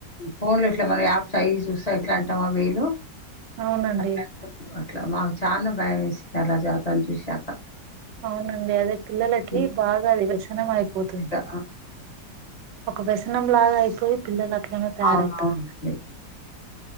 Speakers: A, on the left; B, on the right.
A: ఫోన్‌లో ఇట్లా మనం యాప్ సైజ్ చూస్తా ఇట్లంటామా వేలు
B: అవునండి
A: అట్లంటుం అట్లా మాకు చానా భయమేసింది అట్లా అలా అతని చూశాక
B: అవునండి అదే పిల్లలకి
A: ఈ
B: బాగా అది వ్యసనం అయిపోతుంది
A: ఆ
B: ఒక వ్యసనం లాగా అయిపోయి పిల్లలు అట్లనే తయారవుతారండి
A: అవునవును